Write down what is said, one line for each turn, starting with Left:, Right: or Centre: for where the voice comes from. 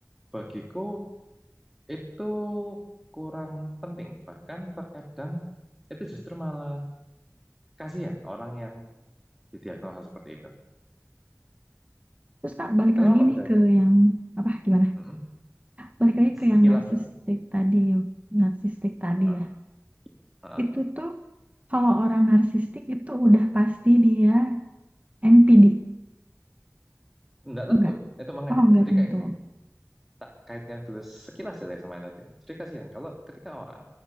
Centre: Bagiku itu kurang penting. Bahkan terkadang itu justru malah kasihan orang yang didiagnosa seperti itu.
Right: Terus Kak balik
Centre: Kenapa
Right: lagi
Centre: kok
Right: nih
Centre: bisa?
Right: ke
Centre: itu?
Right: yang apa gimana?
Centre: Mm-mm.
Right: Balik lagi
Centre: Sekilas
Right: ke yang narsistik
Centre: aja.
Right: tadi, narsistik tadi
Centre: Heeh,
Right: ya.
Centre: heeh.
Right: Itu tuh kalau orang narsistik itu udah pasti dia NPD.
Centre: Nggak tentu.
Right: Enggak.
Centre: Itu makanya.
Right: Oh, enggak
Centre: Jadi
Right: tentu.
Centre: kayak gini. Tak kaitnya dulu sekilas aja sama yang tadi. Jadi kasihan kalau ketika orang